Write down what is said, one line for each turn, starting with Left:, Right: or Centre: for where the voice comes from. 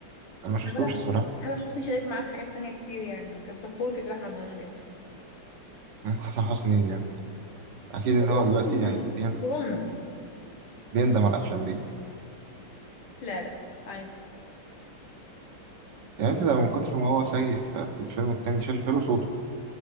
Right: انا
Left: بس
Right: ما شفتوش
Left: انا بدأ
Right: الصراحه
Left: حسن حسني شارك معاه في حاجات تانية كتير يعني هو كان سبورتيف لاحمد هرم جدا
Right: يعني حسن حسني يعني اكيد
Left: والله
Right: ان هو
Left: العظيم
Right: دلوقتي يعني بيندم
Left: انت ظالمه
Right: بيندم على الافلام دي
Left: لا لا عادي
Right: يعني انت ده من كتر ما هو سيء في في الفيلم التاني شال فيلم صوته